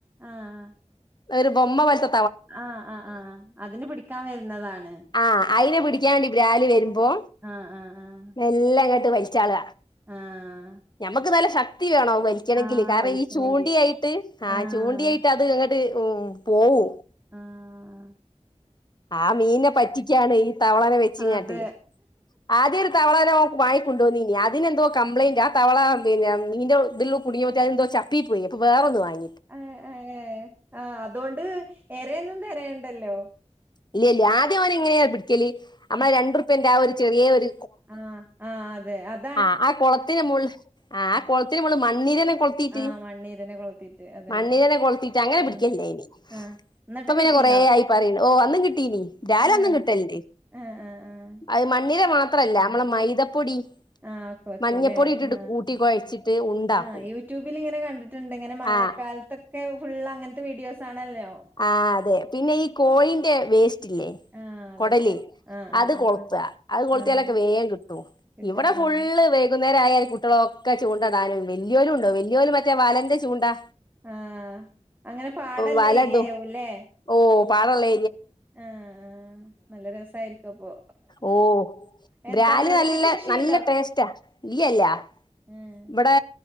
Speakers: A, on the right; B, on the left.
A: ആഹ്
B: ഒരു ബൊമ്മ വലത്ത
A: ആഹ ആഹ ആഹ അതിന് പിടിക്കാൻ വരുന്നതാണ്
B: ആ അയിനെ പിടിക്കാൻ വണ്ടി രാലി വരുമ്പ മ്പോ
A: ആഹ് ആഹ് ആഹ്
B: എല്ലാ വഴിച്ചാള
A: ആഹ്
B: ഞമ്മക്ക് നല്ല ശക്തി വേണോ വലിക്കണമെങ്കിൽ
A: ആഹ്
B: കാരണം
A: വലിക്കണെങ്കി
B: ഈ ചൂണ്ടിയായിട്ട് ആ
A: ആഹ്
B: ചൂണ്ട ആയിട്ട് അത്ങ്ങ ഉ പോവൂ
A: ആഹ
B: ആ മീനെ പറ്റിക്കയാണ് ഈ തവളന വെച്ചങ്ങാട്ട്
A: അതെ
B: ആദ്യ ഒരു തവളാന വ കൊണ്ടുവന്ന ഇനി അതിനെന്തോ കംപ്ലയിന്റ് ആ തവള പിെ നിന്റെ ഉള്ള കുടുങ്ങിയറ്റ അെന്തോ ചപ്പി പോയി അപ്പോ വേൊന്ന് വാങ്ങി
A: ആ ആ ആ് അതുകൊണ്ട് ഏറെൊന്നും തരണ്ട ഉണ്ടല്ലോ
B: ഇല്ല ഇല്ല ആദ്യ അവൻ എങ്ങനെയിച്ച നമ്മള
A: ആഹ്
B: രണ്ടുപ്പന്റെ ആ ഒരു ചെറിയ ഒരു
A: ആഹ് ആഹ അതെ അത
B: ആ ആ കുളത്തിന് മുൾ ആ ആ കുളത്തിന് മന്നി തെ കൊ്
A: ആഹ് മണ്ണീരനെ കൊളത്തീറ്റ് അതന്നെ.
B: മണ്ണിനെ കൊളുത്തിട്ട് അങ്ങനെ പിടിക്കല്ലേ
A: ഉം
B: ഇനി
A: ആഹ് ന്നട്ടും
B: ഇപ്പൊ പിന്നെ
A: കിട്ടീന്നോ?
B: കൊറ ആയി പറയ ഓ വന്നന്ന് കിട്ടീിനീ രാലൊന്നും
A: ആഹ്
B: കിട്ടലല്ലേ
A: ആഹ് ആഹ് ആഹ്
B: അത് മണ്ണില മാ മാത്രല്ല നമ്മള മൈദപ്പൊടി
A: ആ ഒക്കെ വയ്ക്കൂല്ലേ
B: മഞ്ഞപ്പൊടി ഇട്ടിട്ട്
A: ആ
B: കൂട്ടി കുഴച്ചിട്ട് ഉണ്ടാക്കും
A: ആ് ആ യൂട്യൂബിൽിങ്ങനെ കണ്ടിട്ടുണ്ട് ഇങ്ങനെ മഴക്കാലത്തൊക്കെ
B: ആഹ്
A: ഫുൾ അങ്ങനത്തെ വീഡിയോസ് ആണല്ലോ
B: ആ അതെ പിന്നെ ഈ കോഴിന്റെ വേസ്റ്റ് ഇല്ലേ
A: ആഹ് അതൊക്കെ
B: കൊടല്
A: ആഹ്
B: അത്
A: ആഹ്
B: കൊളുത്തുക
A: ആഹ്
B: അത്
A: ആഹ്
B: കൊളുത്തിയാലൊക്കെ
A: ആഹ്
B: വേഗം കിട്ടും
A: കിട്ടും
B: ഇവിടെ
A: ആഹ്
B: ഫുള്ള് വ അന്നേര കുട്ടികള ഒക്കെ ാനും വലിയോലും ഉണ്ടോ വലിയോല മറ്റ വാലൻന്റെ ചൂണ്ടാ
A: ആഹ അങ്ങനെ പാടല്ല
B: വലടും
A: ഏരിയായ ല്ലെ
B: ഓ പാലേ
A: ആഹ നല്ല രസായിരിക്കും അപ്പൊ
B: ഓ
A: എന്താണ്
B: ബ്രല്ി
A: അവിടൊക്കെ
B: നല്ല
A: കൃഷിയുണ്ടോ?
B: നല്ല ടേസ്റ്റാ ഇല്ല
A: ഉം
B: ഇവിടെ